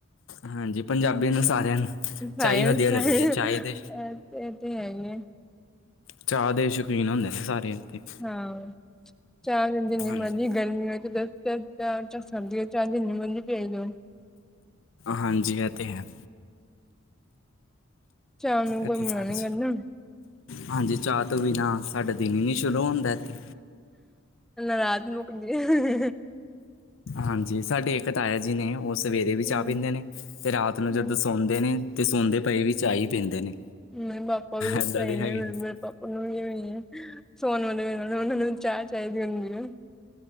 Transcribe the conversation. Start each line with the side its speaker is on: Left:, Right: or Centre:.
Left: ਹਾਂਜੀ ਪੰਜਾਬੀਆਂ ਨੂੰ ਸਾਰਿਆਂ ਨੂੰ ਚਾਹ
Centre: ਫਾਇਰ
Left: ਵਧੀਆ
Centre: ਟ੍ਰਾਇਲ
Left: ਲੱਗਦੀ ਹੈ ਚਾਹ
Centre: ਇਹ
Left: ਦੇ।
Centre: ਇਹ ਤੇ ਹੈ ਹੀ ਹੈ।
Left: ਚਾਹ ਦੇ ਸ਼ੌਕੀਨ ਹੁੰਦੇ ਨੇ ਸਾਰੇ ਇੱਥੇ
Centre: ਹਾਂ ਚਾਰ ਦਿਨ ਜਿੰਨੀ
Left: ਹਾਂਜੀ
Centre: ਮਰਜ਼ੀ ਗਰਮੀ ਹੋਵੇ ਚਾਰ ਹਸਣ ਦੀ ਚਾਰ ਜਿੰਨੀ ਮਰਜ਼ੀ ਤੇਜ਼ ਹੋ।
Left: ਹਾਂਜੀ ਇਹ ਤਾਂ ਹੈ।
Centre: ਉੱਚਾ ਉਹਨੂੰ ਕੋਈ
Left: ਇੱਥੇ
Centre: <unintelligible>
Left: ਸਾਰੇ
Centre: ਕਰਨਾ।
Left: ਹਾਂਜੀ ਚਾਹ ਤੋਂ ਬਿਨਾਂ ਸਾਡੇ ਦਿਨ ਹੀ ਨਹੀਂ ਸ਼ੁਰੂ ਹੁੰਦਾ ਇੱਥੇ।
Centre: ਰਾਤ ਨੂੰ ਕਹਿੰਦੇ
Left: ਹਾਂਜੀ ਸਾਡੇ ਇੱਕ ਤਾਇਆ ਜੀ ਨੇ ਉਸ ਸਵੇਰੇ ਵੀ ਚਾਹ
Centre: ਹਮ
Left: ਪੀਂਦੇ ਨੇ ਤੇ ਰਾਤ ਨੂੰ
Centre: ਹਮ
Left: ਜਦੋਂ ਸੌਂਦੇ ਨੇ ਤੇ ਸੌਦੇ ਪਏ ਵੀ ਚਾਹ ਹੀ ਪੀਂਦੇ ਨੇ।
Centre: ਨਹੀਂ ਪਾਪਾ ਵੀ ਸਹੀ
Left: ਏਦਾਂ ਦੇ
Centre: ਨੇ
Left: ਹੈਗੇ
Centre: ਮੇਰੇ ਪਾਪਾ। <unintelligible> ਸੋਨ ਵਾਲੇੇ ਉਹਨਾਂ ਨੂੰ ਚਾਹ ਚਾਹੀਦੀ ਹੁੰਦੀ ਆ।